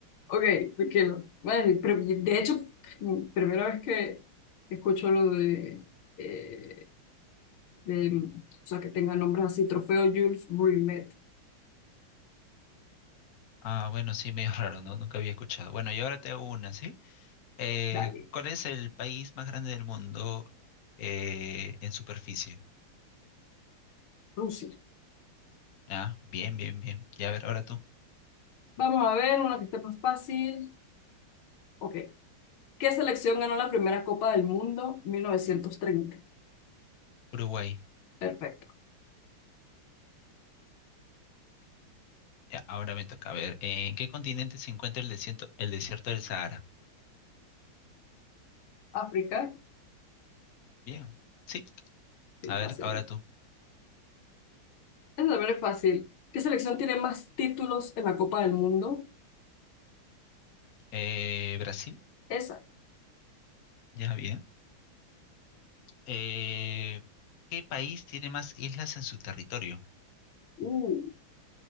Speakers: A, on the left; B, on the left.
A: ok, porque no. Bueno, pero de hecho, mm, primera vez que que escucho lo de, eh, de, mm, o sea, que tenga nombres así, Trofeo Jules Rimet.
B: Ah, bueno, sí, medio <laughs> raro, ¿no? Nunca había escuchado. Bueno, y ahora te hago una, ¿sí? Eh,
A: Dale,
B: ¿cuál es el país más grande del mundo eh, en superficie?
A: Rusia.
B: Ah, bien, bien, bien. Ya, a ver, ahora tú.
A: Vamos a ver una que esté más fácil. Ok, ¿Qué selección ganó la primera Copa del Mundo 1930?
B: Uruguay.
A: Perfecto.
B: Ya, Ahora me toca ver, eh, ¿en qué continente se encuentra el desierto, el desierto del Sahara?
A: África,
B: Bien, sí.
A: sí,
B: A
A: fácil.
B: ver, ahora tú.
A: Es también fácil. ¿Qué selección tiene más títulos en la Copa del Mundo?
B: Eh, Brasil,
A: Esa.
B: ya bien. Eh, ¿qué país tiene más islas en su territorio?
A: Uh,